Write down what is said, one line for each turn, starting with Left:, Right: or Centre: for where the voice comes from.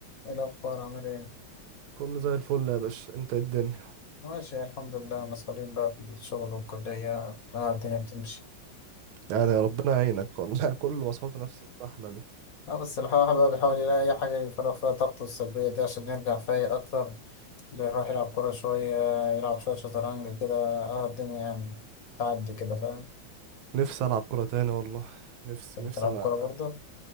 Left: إيه الأخبار عامل إيه؟
Right: كله زي الفل يا باشا انت ايه الدنيا
Left: ماشي الحمد لله مسؤولين بقى في الشغل والكلية آه الدنيا بتمشي
Right: يعني ربنا يعينك والله <laughs> كله مسحول في نفس السحلة دي
Left: آه بس الواحد بقى بيحاول يلاقي أي حاجة يفرغ فيها طاقته السلبية دي عشان يرجع فايق أكتر بيروح يلعب كورة شوية يلعب شوية شطرنج كده آه الدنيا يعني تعدي كده فاهم؟
Right: نفسي العب كرة تاني والله نفسي
Left: أنت
Right: نفسي
Left: بتلعب
Right: انا
Left: كورة برضه؟